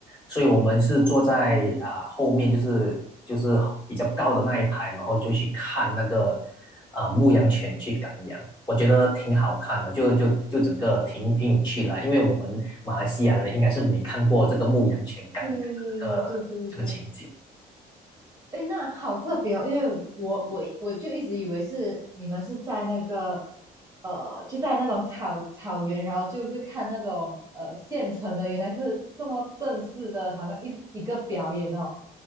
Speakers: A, on the left; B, on the right.
A: 所以我们是坐在啊、
B: 哦，
A: 后面，就是就是比较高的那一排，然后就去看那个啊、牧羊犬去赶羊，我觉得挺好看的，就就就整个挺挺有趣的啦因为我们马来西亚人应该是没看过这个牧羊犬赶羊的这个这个情景。
B: 对对对对，哎，诶那好特别哦，因为我我我就一直以为是你们是在那个呃，就在那种草草原，然后就是看那种呃现成的，原来是这么正式的，好像一一个表演哦。